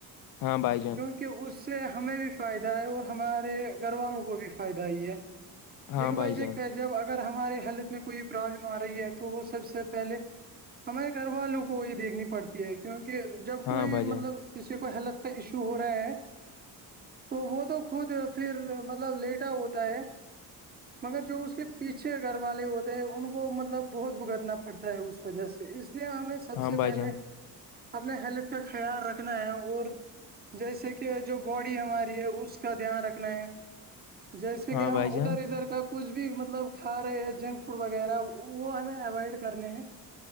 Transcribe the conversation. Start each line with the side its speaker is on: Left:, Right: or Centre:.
Left: ہاں بائی جان
Right: کہ اس سے ہمیں بھی فائدہ ہے اور ہمارے گھر والوں کو بھی فائدہ ہی ہے
Left: ہاں
Right: دیکھو بھائی
Left: جان
Right: یہ کہ جب اگر ہمارے ہیلتھ میں کوئی پرابلم آ رہی ہے تو وہ سب سے پہلے ہمارے گھر والوں کو یہ دیکھنی پڑتی ہے کیونکہ جب
Left: ہاں
Right: کوئی
Left: بھائی جان
Right: مطلب جس سے کوئی ہیلتھ کا ایشو ہو رہا ہے تو وہ تو خود پھر مطلب لیٹا ہوتا ہے مگر جو اس کے پیچھے گھر والے ہوتے ہیں ان کو مطلب بہت بھگتنا پڑتا ہے اس وجہ سے اس لیے ہمیں سب
Left: ہاں
Right: سے
Left: بھائی
Right: پہلے
Left: جان
Right: اپنے ہیلتھ کا خیال رکھنا ہے اور جیسے کہ جو باڈی ہماری ہے اس کا دھیان رکھنا ہے جیسے
Left: ہاں
Right: کہ ہم
Left: بھائی جان
Right: ادھر ادھر کا کچھ بھی مطلب کھا رہے ہیں جنک فوڈ وغیرہ وہ ہمیں اوائڈ کرنے ہیں